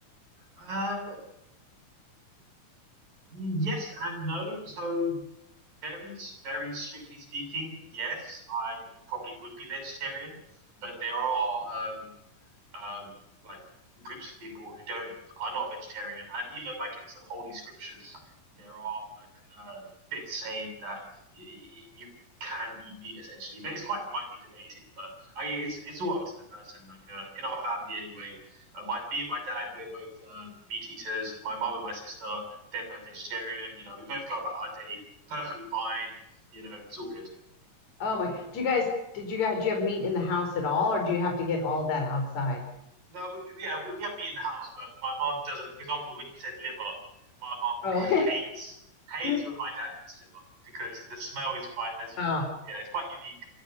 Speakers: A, on the right; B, on the left.
A: Um, Yes and no. So very, very strictly speaking, yes, I probably would be vegetarian, but there are um, um, like groups of people who don't are not vegetarian, and even like in some holy scriptures, there are like uh, bits saying that you can eat meat essentially, but it's quite widely debated. But I, it's it's all up to the person. Like uh, in our family anyway, uh, my me and my dad we're both uh, meat eaters. My mum and my sister they're both vegetarian. You know, we both go about our day perfectly fine. You know, it's all good.
B: Oh my. Do you guys did you guys do you have meat in the house at all or do you have to get all that outside?
A: No, we, we- yeah, we, we have meat in the house, but my mum doesn't. For example, when you said liver, my mum
B: Oh.
A: hates hates
B: <laughs>
A: when my dad makes liver because the smell is quite as you
B: Oh,
A: yeah, it's quite unique.